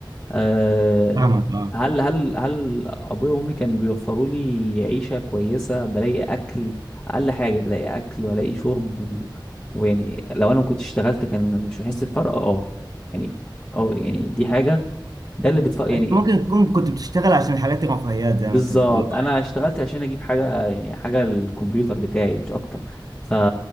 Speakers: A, on the left (about 20°); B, on the right (about 50°).
A: أه
B: فاهمك اه
A: هل هل هل ابويا وامي كانوا بيوفروا لي عيشه كويسه بلاقي اكل اقل حاجه بلاقي اكل والاقي شرب و... ويعني لو انا ما كنتش اشتغلت كان مش هحس بفرق اه يعني اه يعني دي حاجه ده اللي بتفرق يعني
B: انت ممكن تكون كنت بتشتغل عشان حاجات رفاهيات زي
A: بالظبط
B: ما انت بتقول اه
A: انا
B: يعني
A: اشتغلت عشان اجيب حاجه يعني حاجه للكمبيوتر بتاعي مش اكتر ف